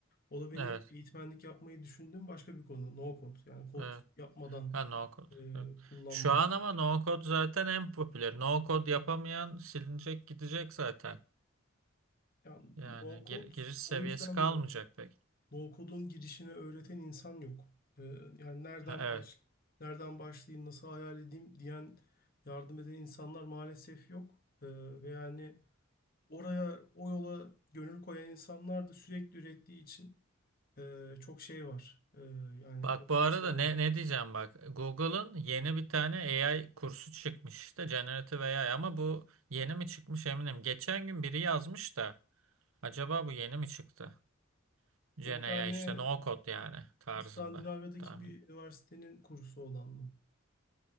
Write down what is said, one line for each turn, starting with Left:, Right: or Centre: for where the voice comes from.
Left: O da benim
Right: Evet.
Left: eğitmenlik yapmayı düşündüğüm başka bir konu. No code yani kod
Right: Evet.
Left: yapmadan
Right: Ha no code.
Left: e,
Right: Evet.
Left: kullanma.
Right: Şu an ama no code zaten en popüler. No code yapamayan silinecek gidecek zaten.
Left: Yani
Right: Yani
Left: no code
Right: gir- giriş seviyesi
Left: o yüzden
Right: kalmayacak
Left: ben
Right: pek.
Left: No-code'un girişini öğreten insan yok. Ee, yani nereden
Right: Ha, Evet.
Left: baş nereden başlayayım, nasıl hayal edeyim diyen, yardım eden insanlar maalesef yok. Ee, ve yani oraya, o yola gönül koyan insanlar da sürekli ürettiği için e, çok şey var. Ee, yani
Right: Bak
Left: potansiyel
Right: bu arada ne
Left: var.
Right: ne diyeceğim bak. Google'ın yeni bir tane AI kursu çıkmış işte Generative AI ama bu yeni mi çıkmış eminim. Geçen gün biri yazmış da acaba bu yeni mi çıktı? Gen
Left: Bu bir
Right: AI
Left: tane
Right: işte no code yani tarzında
Left: İskandinavya'daki
Right: tahmin.
Left: bir üniversitenin kursu olan mı?